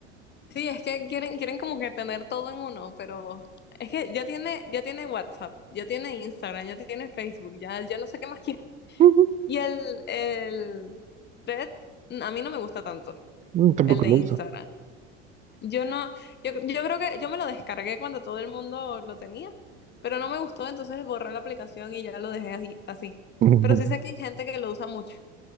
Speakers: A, on the left (about 30°); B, on the right (about 20°).
A: Sí, es que quieren, quieren como que tener todo en uno, pero es que ya tiene, ya tiene WhatsApp, ya tiene Instagram, ya tiene Facebook, ya, ya no sé qué más quiere.
B: Ujú.
A: Y el, el Red, a mí no me gusta tanto,
B: Mm, Tampoco
A: el de
B: lo
A: Instagram.
B: uso.
A: Yo no, yo, yo creo que yo me lo descargué cuando todo el mundo lo tenía, pero no me gustó, entonces borré la aplicación y ya lo dejé así, así.
B: <laughs>
A: Pero sí sé que hay gente que lo usa mucho.